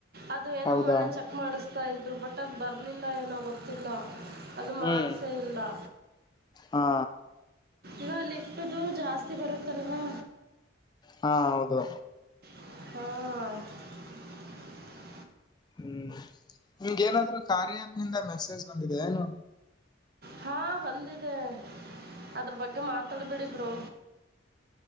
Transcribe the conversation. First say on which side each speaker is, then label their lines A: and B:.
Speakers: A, on the right; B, on the left.
A: ಅದು ಏನೋ
B: ಹೌದಾ
A: ಮೊನ್ನೆ ಚೆಕ್ ಮಾಡಿಸ್ತಾ ಇದ್ರು ಬಟ್ ಒಟ್ಟದ ಬರಲಿಲ್ಲ ಏನೋ ಗೊತ್ತಿಲ್ಲಾ ಅದು
B: ಹ್ಮ್
A: ಮಾಡಸೆ ಇಲ್ಲಾ
B: ಹಾ
A: ಇದಲ್ಲಿ ಅಷ್ಟದು ಜಾಸ್ತಿ ಬರುತ್ತಲ್ವಾ.
B: ಹಾ ಹೌದು.
A: ಹ್ಮ.
B: ಹ್ಮ್ ನಿಮ್ ಏನಾದರು <unintelligible> ನಿಂದ ಮೆಸೇಜ್ ಬಂದಿದೆ ಏನು
A: ಹಾ ಬಂದಿದೆ ಅದ್ರ ಬಗ್ಗೆ ಮಾತಾಡ್ಬೇಡಿ ಬ್ರೋ